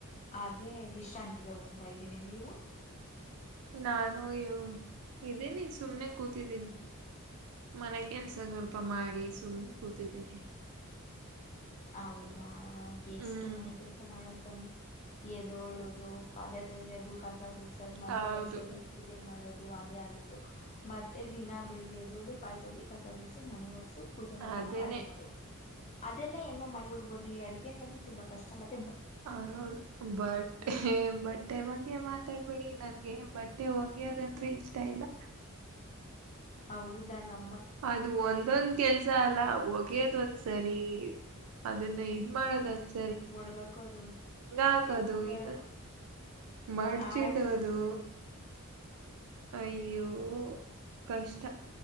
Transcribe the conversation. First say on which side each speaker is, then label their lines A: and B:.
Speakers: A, on the left; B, on the right.
A: ಆಗೆ ವಿಶ್ರಾಂತಿ ತಗೊಂತಾ ಇದ್ದೀನಿ ನೀವು.
B: ನಾನು ಇವು ಇದೀನಿ ಸುಮ್ನೆ ಕೂತಿದ್ದೀನಿ. ಮನೇ ಕೆಲ್ಸ ಸ್ವಲ್ಪ ಮಾಡಿಸ. ತುಂಮ್ ಕೊತಿದೀನಿ.
A: ಔಧಾ. ಹ್ಹ ಎಷ್ಟು
B: ಹ್ಮ್
A: ಮನೆ ಕೆಲಸಾ ಮಾಡದ್. ಪ್ಪನ್ನಿ. ಎದೋಳೋದು ಪಾದೆ ತೊಳಿಯದು ಕಾಸಾ ಗುಡ್ಸೋದ ಮನೆ
B: ಹೌದು
A: ಒರೆಸೋದು ಪೂಜೆ ಮಾಡೋದು. ದು ಆದೇ ಆಯ್ತು ಮತ್ತೆ ದಿನಾ ಬೆಳಿಗ್ಗೆ ಎದ್ದೊಳು ಪಾಲ ತೊಳಿ ಕಸ ಗುಡ್ಸು ಮನೆ ವರಸ. ಸು ಪೂಜೆ ಮಾಡು
B: ಅದೇನೆ
A: ಅಡುಗೆ ಮಾಡು. ಅದ ಎಲ್. ಎ ಎಂಗೊ ಮಣ್‌ ಬಿಡ್ಬೋದು ಈ ಅಡುಗೆ ನಂತು ತುಂಬಾ ಕಷ್ಟಾ ಮದ್.
B: ಹೌದು ಬಟ್ಟೆ ಬಟ್ಟೆ ಬಗ್ಗೆ ಮಾತ. ತ್ಯಾಗ ಬಡಿ ನನ್ಗೆ ಬಟ್ಟೆ ವಗಿಯೋದಂದ್ರೆ ಇಷ್ಟಾ ಇಲ್ಲಾ.
A: ಹೌ ಧನೋಕ್.
B: ಅದು ಒಂದೊಂದ್ ಕೆಲ್ಸಾ ಅಲ್ಲಾ. ಅ ಒಗೆಯದ್ ಒಂದ್ಸರಿ ಅದನ್ನ ಇದ್ ಮಾಡೋದಂದಸ.
A: ಒಣಗಕ್ಕ ಅದು ಒಂದ್ಸಲಿ
B: ಹಾಕೋದು
A: ಎತ್ಕಂಬರದ
B: ಇನ್ನು
A: ಒಂದ್ಸಲಿ
B: ಮಡ್ಚಿಡೋದು
A: ಆರಕದ ಒಂದ್ಸಲಿ.
B: ಅಯ್ಯೋ
A: ಅಯ್ಯೋದ ಬಹುತ ಅಛಾ
B: ಕಷ್ಟ